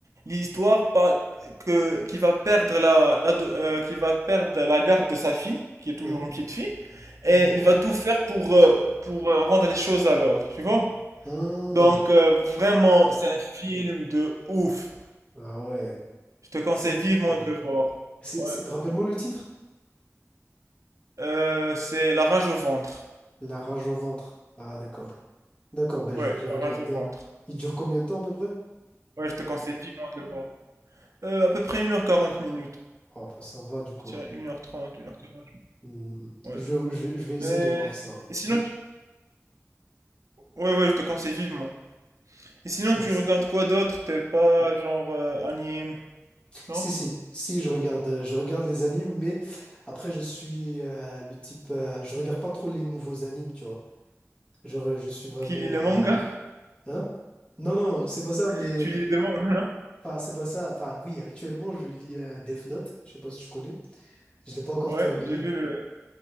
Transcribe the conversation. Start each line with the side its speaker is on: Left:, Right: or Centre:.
Right: l'histoire parle que qu'il va perdre la, la do- euh, qu'il va perdre la garde de sa fille, qui est toujours
Left: hein,
Right: une petite fille,
Left: hein,
Right: et il va tout faire pour euh, pour euh, rendre les choses à l'ordre, tu vois?
Left: hein.
Right: Donc euh, vraiment, c'est un film de ouf.
Left: Ah ouais.
Right: Je te conseille
Left: C'est.
Right: vivement de le voir.
Left: c'est-
Right: Ouais.
Left: c'est- Rappelle-moi le titre?
Right: Euh, c'est La rage au ventre.
Left: La rage au ventre. Ah, d'accord. D'accord, ben
Right: Ouais,
Left: je vais le
Right: La
Left: regarder.
Right: rage au ventre.
Left: Il dure combien de temps à peu près?
Right: Ouais, je te conseille vivement de le voir. Heu, à peu près une heure quarante minutes.
Left: Oh, bah ça va du coup.
Right: Je dirais
Left: hein.
Right: une heure trente, une heure quarante.
Left: Mhm.
Right: ouais.
Left: Je, je, vais je vais essayer
Right: Mais
Left: de voir ça. hein.
Right: et sinon tu ouais, ouais, je te conseille vivement. Et sinon
Left: Merci.
Right: tu regardes quoi d'autre? T'es pas genre, heu, anime, non?
Left: Si, si, si, je regarde, euh, je regarde les animes, mais après, je suis euh, le type. euh, je regarde pas trop les nouveaux animes, tu vois. Je, je suis vraiment.
Right: Qui lit les
Left: euh,
Right: mangas?
Left: Hein? Non, non, c'est pas ça,
Right: <laughs>
Left: mais.
Right: Tu lis des mangas, non?
Left: Enfin, c'est pas ça. Enfin, oui, actuellement, je lis euh, Death Note. Je sais pas si tu connais. Je l'ai pas encore
Right: Ouais,
Left: terminé.
Right: j'ai vu le